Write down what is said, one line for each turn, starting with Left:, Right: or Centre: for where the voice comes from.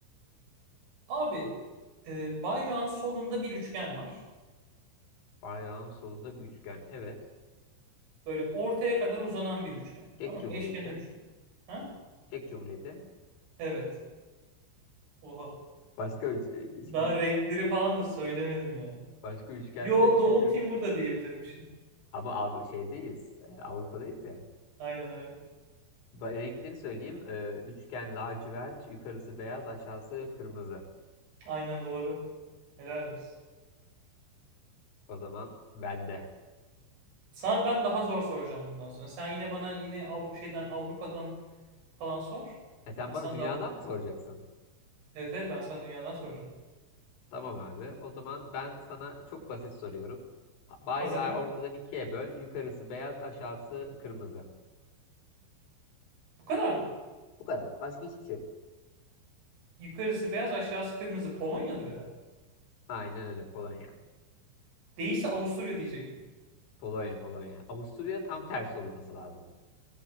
Right: Abi e, bayrağın solunda bir üçgen var.
Left: Bayrağın solunda bir üçgen. Evet.
Right: Böyle ortaya kadar uzanan bir üçgen.
Left: Çek
Right: Tamam
Left: Cumhuriyeti.
Right: mı? Eşkenar üçgen. Ha?
Left: Çek Cumhuriyeti.
Right: Evet. Oha.
Left: Başka üç- üç-
Right: Daha renkleri falan da söylemedim yani.
Left: başka üçgenle
Right: Yo
Left: şey
Right: Doğu
Left: yok.
Right: Timur da diyebilirmişim.
Left: Ama Av- şeydeyiz. e, Avrupa'dayız ya.
Right: Aynen evet.
Left: Ba- Renkleri söyleyeyim. E, Üçgen lacivert. Yukarısı beyaz. Aşağısı kırmızı.
Right: Aynen doğru. Helal olsun.
Left: O zaman bende.
Right: Sana ben daha zor soracağım bundan sonra. Sen yine bana yine Av- şeyden Avrupa'dan falan sor.
Left: E sen
Right: Ben sana
Left: bana dünyadan
Right: daha zor
Left: mı
Right: soracağım.
Left: soracaksın?
Right: Evet evet ben sana dünyadan soracağım.
Left: Tamam abi. O zaman ben sana çok basit soruyorum. Bayrağı
Right: Hazırım.
Left: ortadan ikiye böl. Yukarısı beyaz. Aşağısı kırmızı.
Right: Bu kadar mı?
Left: Bu kadar. Başka hiçbir şey yok.
Right: Yukarısı beyaz aşağısı kırmızı. Polonya'dır herhalde.
Left: Aynen öyle Polonya.
Right: Değilse Avusturya diyecektim.
Left: Polonya, Polonya. Avusturya tam tersi olması lazım.